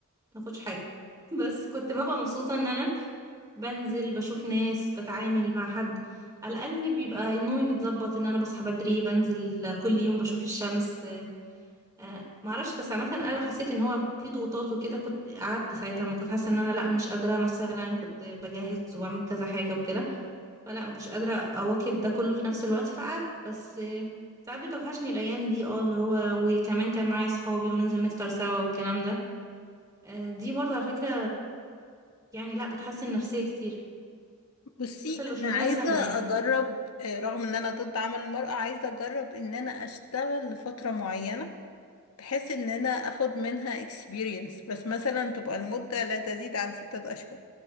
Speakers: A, on the right; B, on the left.
A: ماخدش حاجة <laughs> بس كنت ببقى مبسوطة ان انا بنزل بشوف ناس بتعامل مع حد على الأقل بيبقى نومي متظبط إن أنا بصحى بدري بنزل كل يوم بشوف الشمس آه، معرفش بس عامة أنا لو حسيت إن هو في ضغوطات وكده كنت قعدت ساعتها ما كنت حاسة إن أنا لأ مش قادرة مثلا كنت بجهز وبعمل كذا حاجة وكده فلا ما كنتش قادرة أواكب ده كله في نفس الوقت فقعدت بس آه، ساعات بتوحشني الأيام دي اه اللي هو وكمان كان معايا صحابي وننزل نفطر سوا والكلام ده آه، دي برضه على فكرة يعني لأ بتحسن نفسية كتير
B: بصي
A: خاصة لو شغلانة
B: انا عايزة
A: سهلة يعني
B: اجرب آه رغم ان انا ضد عمل المرأة عايزة اجرب ان انا اشتغل لفترة معينة بحيث ان انا اخد منها experience بس مثلا تبقى المدة لا تزيد عن ستة اشهر